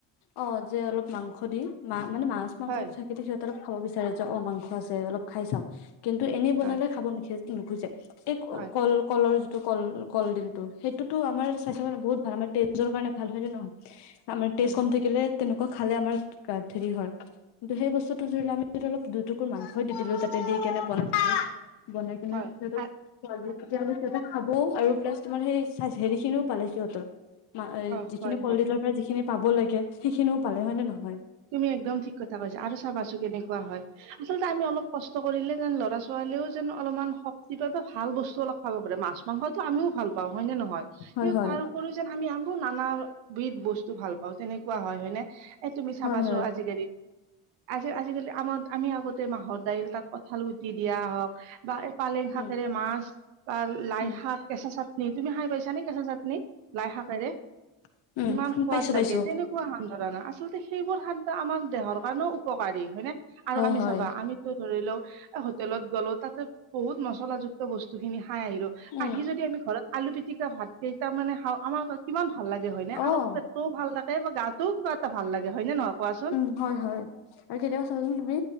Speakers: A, on the left (about 65°); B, on the right (about 80°).
A: অ', যে অলপ মাংস দিওঁ, মা', -মানে মাছ মাংস
B: হয়,
A: থ', কিন্তু সিহঁত অলপ খাব বিচাৰে যে অ', মাংস আছে অলপ খাই চাওঁক', কিন্তু এনেই বনালে
B: হয়,
A: খাব নিখজ-নুখুজে এই ক',
B: হয়,
A: -কল', কলৰ যিটো কল-কলডিলটো সেইটোতো আমাৰ স্বাস্থ্যৰ কাৰণে বহুত ভাল আমাৰ তেজৰ কাৰণে ভাল হয় নে নহয়', আমাৰ তেজ
B: হয়,
A: কম থাকিলে, তেনেকুৱা খালে আমাৰ গাত হেৰি হয় কিন্তু সেই বস্তুটো', সেইটো ধৰিলোৱা আমি দুটুকুৰ মাংসই দি দিলোঁ তাতে দি কেনে বনাইছিলোঁ', বনাই কিনে
B: হয়,
A: সিহঁতক
B: আ
A: খোৱালো
B: অ',
A: তেতিয়াহ'লে', সিহঁতে খাবও আৰু প্লাছ তোমাৰ সেই হেৰি খিনিও পালে সিহঁতৰ', মা', - এই',
B: অ',
A: যিখিনি
B: হয়,
A: কলডিলৰ
B: হয়।
A: পৰা যিখিনি পাব লাগে সেইখিনিও পালে হয় নে নহয়',
B: তুমি একদম ঠিক কথা কৈছা আৰু চাবাচোন কেনেকুৱা হয়', আচলতে আমি অলপ কষ্ট কৰিলে যেন ল'ৰা ছোৱালীও যেন অলপমান শক', কেতিয়াবা ভাল বস্তু অলপ খাব পাৰে মাছ মাংসটো আমিও ভাল পাওঁ হয় নে নহয়
A: হয়
B: কিন্ত
A: হয়
B: তাৰ উপৰিও যেন', আমি আকৌ নানা বিধ বস্তু ভাল পাওঁ তেনেকুৱা হয়', - হয় নে', এই', তুমি চাবাচো
A: হয় হয়
B: আজিকালি, আজি-আজিকালি আমাৰ, আমি আগতে মাহৰ দাইল তাত', কঁঠাল গুটি দিয়া হওঁক বা এই পালেং শাকেৰে
A: উম
B: মাছ', তা', লাই
A: উম
B: শাক কেঁচা চাটনি তুমি খাই পাইছানে কেঁচা চাটনি লাইশাকেৰে',
A: উম
B: ইমান
A: উম
B: সোৱাদ
A: পাইছো
B: লাগে
A: পাইছো
B: তেনেকু', খোৱা মান ধাৰণা আচলতে সেইবোৰ খাদ্য আমাৰ দেহৰ কাৰণেও উপকাৰী হয় নে আৰু
A: হয়
B: আমি
A: হয়
B: চাবা আমি', ত', ধৰি লও, এই হোটেলত গ'লো তাতে বহুত মছলা যুগ', যুগত, বস্তু খিনি খাই আহিলোঁ,
A: উম
B: আহি যদি আমি ঘৰত আলু পিটিকা ভাত কেইটা মানে খাওঁ আমাৰ', কিমান ভাল লাগে হয়নে আন
A: অ
B: পেটটোও ভাল থাকে বা গাটোও কিবা এটা ভাল লাগে হয়নে নহয়', কোৱাচোন
A: উম', হয়', - হয়', আৰু কেতিয়াবা চাবাচোন তুমি